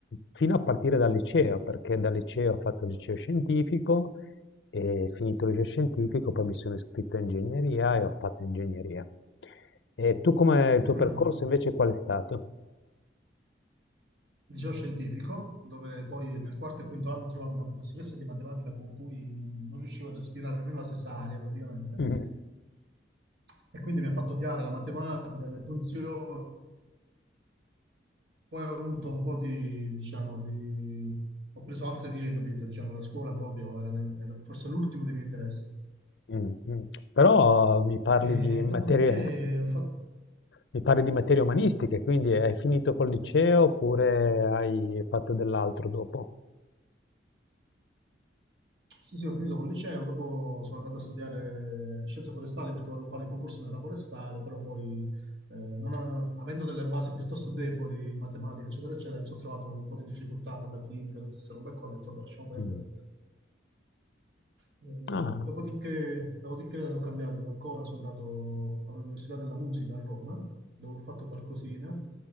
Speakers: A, on the left (about 70°); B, on the right (about 70°).
A: fino a partire dal liceo, perché dal liceo ho fatto il liceo scientifico e finito il liceo scientifico poi mi sono iscritto a ingegneria e ho fatto ingegneria. E tu come il tuo
B: mm,
A: percorso invece qual è stato?
B: liceo scientifico, dove poi nel quarto e quinto anno ho trovato una professoressa di matematica con cui non riuscivo a respirare nemmeno la stessa aria praticamente.
A: <laughs> Mm,
B: e quindi mi ha fatto odiare la matematica, le funzioni. Poi ho avuto un po' di, diciamo, di... ho preso altre vie, capito? Diciamo, la scuola proprio era, era forse l'ultimo dei miei interessi.
A: mm. mm. Però mi parli
B: E
A: di materie,
B: dopodiché ho fatto...
A: Mi parli di materie umanistiche, quindi hai finito col liceo oppure hai fatto dell'altro dopo?
B: Sì, sì, ho finito col liceo, dopo sono andato a studiare scienze forestali perché volevo fare il concorso nella forestale, però poi, eh, non a- avendo delle basi piuttosto deboli in matematica, eccetera, eccetera, mi sono trovato un po' di difficoltà con la chimica, tutte queste robe qua, ho detto, vabbè, lasciamo perdere.
A: Mm.
B: Eh,
A: Ah,
B: dopodiché, dopodiché ho cambiato ancora, sono andato all'Università della Musica a Roma, dove ho fatto qualcosina.